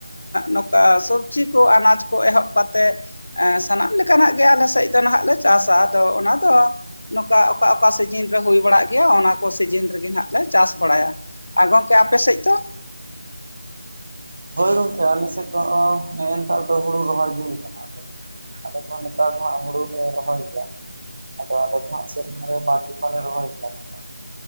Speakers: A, on the left; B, on the right.
A: ᱱᱚᱠᱟ ᱥᱚᱵᱽᱡᱤ ᱠᱚ ᱟᱱᱟᱡ ᱠᱚ ᱮᱦᱚᱵ ᱠᱟᱛᱮᱜ ᱮᱸ ᱥᱟᱱᱟᱢ ᱞᱮᱠᱟᱱᱟᱜ ᱜᱮ ᱟᱞᱮ ᱥᱮᱜ ᱫᱚ ᱱᱟᱦᱟᱜ ᱞᱮ ᱪᱟᱥᱟ ᱟᱫᱚ ᱚᱱᱟ ᱫᱚ ᱱᱚᱠᱟ ᱚᱠᱟ ᱚᱠᱟ ᱥᱤᱡᱤᱱ ᱨᱮ ᱦᱩᱭ ᱵᱟᱲᱟᱜ᱾ ᱜᱤᱭᱟ ᱚᱱᱟ ᱠᱚ ᱥᱤᱡᱤᱱ ᱨᱤᱜᱤᱱ ᱦᱟᱸᱜ ᱞᱮ ᱪᱟᱥ ᱵᱟᱲᱟᱭᱟ, ᱟᱨ ᱜᱚᱢᱠᱮ ᱟᱯᱮ ᱥᱮᱫ ᱫᱚ?
B: ᱦᱳᱭ ᱜᱚᱝᱠᱮ ᱟᱞᱮᱥᱮᱫ ᱫᱚ ᱱᱮᱜ ᱮ ᱱᱮᱛᱟᱨ ᱫᱚ ᱦᱩᱲᱩ ᱨᱚᱦᱚᱭ ᱫᱤᱱ ᱠᱟᱱᱟ ᱟᱫᱚ ᱟᱞᱮ ᱫᱚ ᱦᱟᱸᱜ ᱱᱮᱛᱟᱨ ᱫᱚ ᱦᱟᱸᱜ ᱦᱩᱲᱩ ᱞᱮ ᱨᱚᱦᱚᱭ ᱜᱮᱭᱟ᱾ ᱟᱫᱚ ᱟᱞᱮ ᱫᱚ ᱦᱟᱸᱜ ᱥᱮᱨᱢᱟ ᱨᱮ ᱵᱟᱨ ᱡᱤᱠᱷᱟᱞᱮ ᱨᱚᱦᱚᱭ ᱜᱮᱭᱟ ᱱᱚᱝᱠᱟ᱾